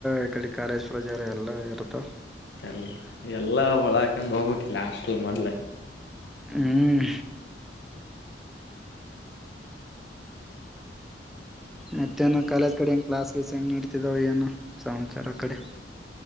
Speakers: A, in the centre; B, on the left (about 65°).
A: ಈ ಕಡೆ ಕಾಲೇಜ್ ಫ್ರೆಜಾರ್ ಎಲ್ಲ ಇರುತ್ತ.
B: ಎಲ್ಲ ಎಲ್ಲಾ ಹೊಳಾಕಂತ್ ಹೋಗ್ಬೇಕಲ್ಲ ಹಾಸ್ಟೆಲ್ ಮೊದ್ಲ
A: ಹ್ಮ್ ಮತ್ತೇನು ಕಾಲೇಜ್ ಕಡೆ ಹೆಂಗೆ ಕ್ಲಾಸ್ ಗಿಸ್ ಹೆಂಗೆ ನಡ್ತಿದ್ದವು ಏನು ಸಮಾಚಾರ ಕಡೆ